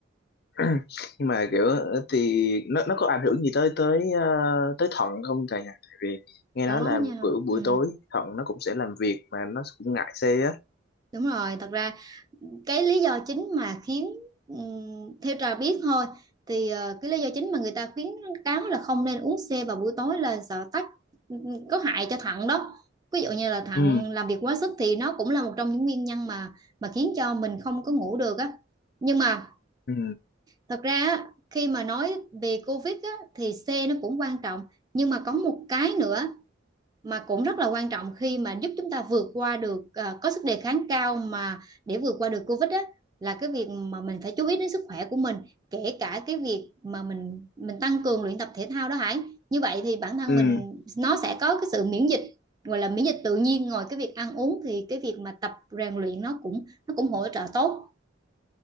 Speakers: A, on the left; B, on the right.
A: <clears throat> nhưng mà kiểu thì nó nó có ảnh hưởng gì tới tới ờ, tới thận không thầy nhỉ tại vì nghe
B: có
A: nói là
B: nha
A: kiểu
B: ừ.
A: buổi tối thận nó cũng sẽ làm việc mà nó cũng ngại xê á
B: đúng rồi thật ra cái lý do chính mà khiến ừ, theo trà biết thôi thì ờ, cái lý do chính mà người ta khuyến cáo là không nên uống C vào buổi tối là sợ tắc ừm, có hại cho thận đó ví dụ như là thận
A: ừ
B: làm việc quá sức thì nó cũng là một trong những nguyên nhân mà mà khiến cho mình không có ngủ được á nhưng mà
A: ừ
B: thật ra á, khi mà nói về COVID á, thì C nó cũng quan trọng nhưng mà có một cái nữa mà cũng rất là quan trọng khi mà giúp chúng ta vượt qua được à, có sức đề kháng cao mà để vượt qua được Covid á là cái việc mà mình phải chú ý đến sức khỏe của mình kể cả cái việc mà mình mình tăng cường luyện tập thể thao đó Hải như vậy thì bản thân
A: ừ
B: mình nó sẽ có cái sự miễn dịch gọi là miễn dịch tự nhiên ngoài cái việc ăn uống thì cái việc mà tập rèn luyện nó cũng nó cũng hỗ trợ tốt